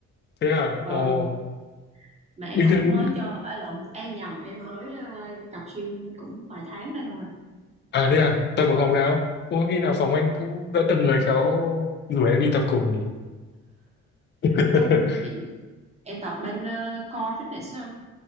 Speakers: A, on the left (about 35°); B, on the right (about 20°).
A: Thế à?
B: Vâng,
A: Ồ,
B: mà em
A: bình
B: cũng
A: thường...
B: mới cho, à, lộn, em nhầm, em mới ờ, tập gym cũng vài tháng đây thôi.
A: À thế à? Tập ở phòng nào? Ôi, khi nào phòng anh cũng đã từng người khéo rủ em đi tập cùng nhỉ? <laughs>
B: Chắc em em tập bên ờ, Core Fitness á. anh.